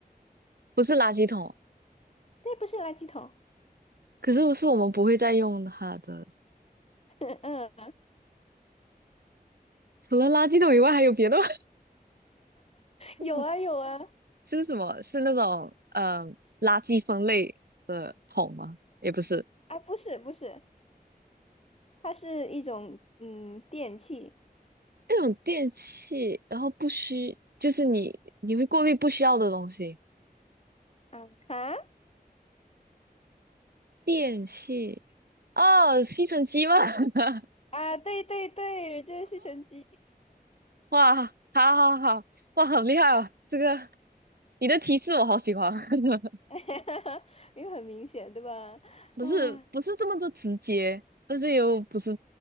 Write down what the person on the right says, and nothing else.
不是垃圾桶。
可是是我们不会再用它的，
除了垃圾桶以外，还有别的吗？<laughs>
是什么？是那种呃垃圾分类的桶吗？也不是。
那种电器，然后不需，就是你你会过滤不需要的东西。
电器，哦，吸尘机吗？<laughs>
哇，好好好，哇，好厉害哦！这个你的提示我好喜欢，<laughs>
不是不是这么的直接，
但是又不是